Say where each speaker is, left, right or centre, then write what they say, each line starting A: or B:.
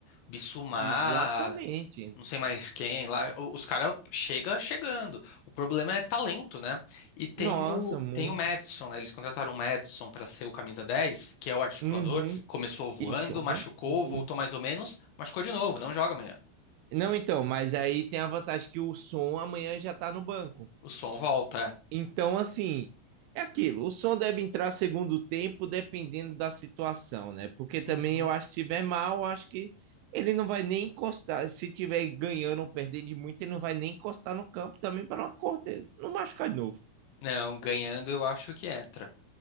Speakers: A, on the left (about 75°); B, on the right (about 85°).
A: Bissouma,
B: exatamente.
A: não sei mais quem lá, o- os caras chega chegando. O problema é talento, né? E tem
B: Nossa,
A: o
B: muito.
A: tem o Maddison, né? Eles contrataram o Maddison pra ser o camisa 10, que é o articulador.
B: Uhum.
A: Começou voando,
B: E joga
A: machucou,
B: muito.
A: voltou mais ou menos, machucou de novo, não joga amanhã.
B: Não, então, mas aí tem a vantagem que o som amanhã já tá no banco.
A: O som volta.
B: Então, assim, é aquilo. O som deve entrar segundo tempo, dependendo da situação, né? Porque também
A: é. Uhum.
B: eu acho que se tiver mal, eu acho que ele não vai nem encostar. Se tiver ganhando ou perdendo de muito, ele não vai nem encostar no campo também para não cortar, não machucar de novo.
A: Não, ganhando eu acho que entra.